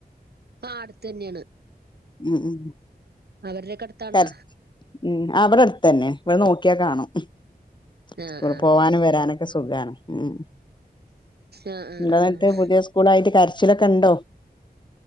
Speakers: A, on the right; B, on the left.
A: ആ അടുത്ത് തന്നെയാണ്
B: ഉം ഉം
A: അവരുടെക്കെ അടുത്താണാ
B: കര്ച് ആ ഇവിടെ അടുത്തന്നെ ഇവിടെ നോ ക്ക്യ കാണും
A: ആഹ്
B: സ്കൂൾ
A: ആഹ്
B: പോവാനും വരാനൊക്കെ സുഖാണ് ആ
A: ആഹ് ആഹ്
B: ഇന്താന്നട്ട്
A: ആഹ്
B: പുതിയ സ്കൂളായിട്ട് കരച്ചിലൊക്കെ ഉണ്ടോ